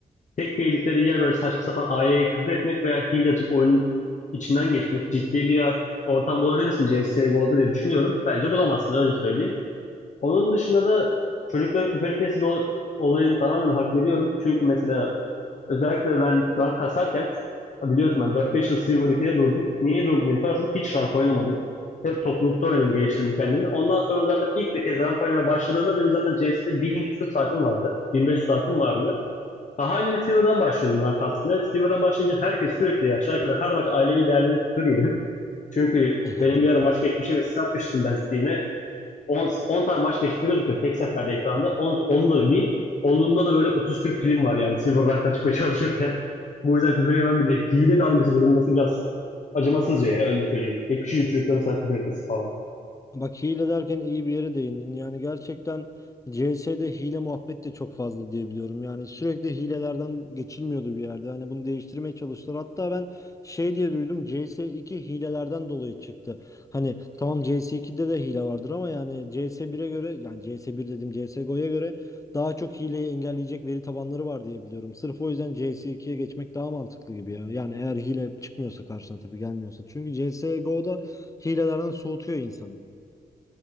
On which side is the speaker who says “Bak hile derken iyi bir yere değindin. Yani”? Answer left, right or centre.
Left